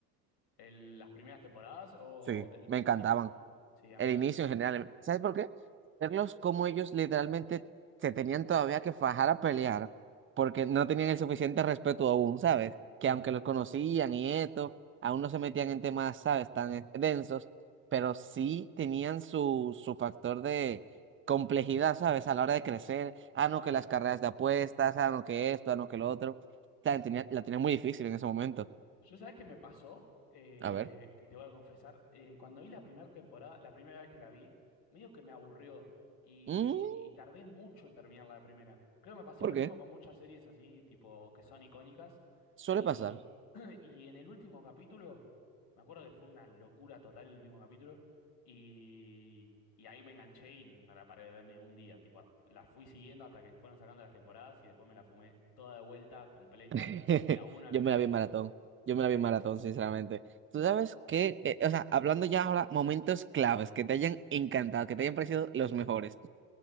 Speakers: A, on the left; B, on the right.
A: El- las primeras temporadas o
B: Sí,
A: el
B: me
A: principio.
B: encantaban.
A: Sí, a
B: El
A: mí también.
B: inicio en general. ¿Sabes por qué? Verlos como ellos literalmente se tenían todavía que fajar a pelear porque no tenían el suficiente respeto aún, ¿sabes? Que
A: Sí,
B: aunque los conocían y esto, aún no se metían en temas, ¿sabes? Tan e, densos, pero sí tenían su, su factor de complejidad, ¿sabes? A la hora de crecer. Ah, no,
A: claro.
B: que las carreras de apuestas, ah, no, que esto, ah, no, que lo otro. O sea, tenía- la tenían muy difícil en ese momento.
A: Yo sabés que me pasó, Eh,
B: A ver.
A: que te voy a confesar, eh, cuando vi la primera temporada, la primera vez que la vi, medio que me aburrió y,
B: Mm,
A: y tardé mucho en terminar la primera. Creo que me pasó
B: ¿por
A: lo mismo
B: qué?
A: con muchas series así, tipo, que son icónicas.
B: Suele
A: Y,
B: pasar.
A: <clears throat> y en el último capítulo, me acuerdo que fue una locura total el último capítulo, y, y ahí me enganché y no la paré de ver ni un día. Tipo, a- la fui siguiendo hasta que fueron sacando las temporadas y después me la fumé toda de vuelta, completa,
B: <laughs>
A: de la 1 a
B: Yo
A: la
B: me
A: seis
B: la vi en maratón. Yo me la
A: Sí,
B: vi en maratón, sinceramente. Tú sabes que, eh, o sea, hablando ya ahora, momentos claves que te hayan encantado, que te hayan parecido los mejores.